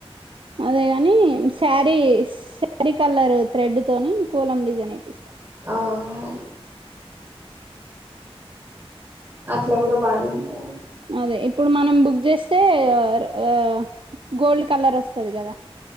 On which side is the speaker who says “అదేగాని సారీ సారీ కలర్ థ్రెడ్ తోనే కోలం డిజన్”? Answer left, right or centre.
Right